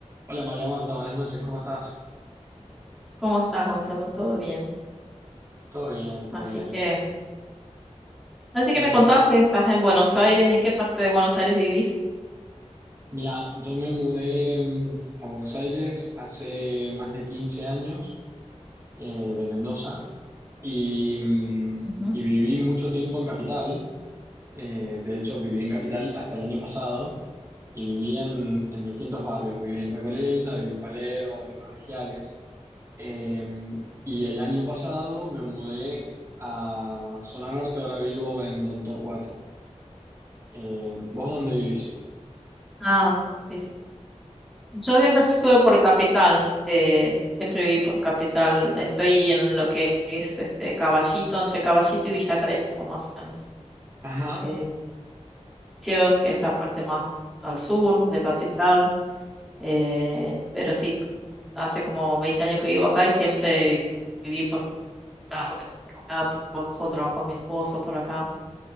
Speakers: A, on the right (about 25°); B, in the centre.
A: Hola María Marta, buenas noches, ¿cómo estás?
B: ¿Cómo estás, Gonzalo? ¿Todo bien?
A: Todo bien, todo
B: Así
A: bien.
B: que, así
A: Eh,
B: que me contabas que estás en Buenos Aires. ¿En qué parte de Buenos Aires vivís?
A: mira, yo me mudé mm, a Buenos Aires hace más de 15 años eh, de Mendoza y, mm,
B: Ujú.
A: y viví mucho tiempo en Capital. Eh, de hecho, viví en Capital hasta el año pasado y viví en, en distintos barrios. Viví en Recoleta, viví en Palermo, viví en Colegiales. Eh, y el año pasado me mudé a Zona Norte, ahora vivo en Don Torcuato. Eh, ¿vos dónde vivís?
B: Ah, sí, sí. Yo siempre estuve por Capital, eh, siempre viví por Capital. Estoy en lo que es este Caballito, entre Caballito y Villa Crespo, más o menos.
A: Ajá.
B: Eh, sitios que es la parte más al sur de Capital. eh, pero sí, hace como 20 años que vivo acá y siempre viví por acá, porque tengo acá, por trabajo trabajo de mi esposo por acá.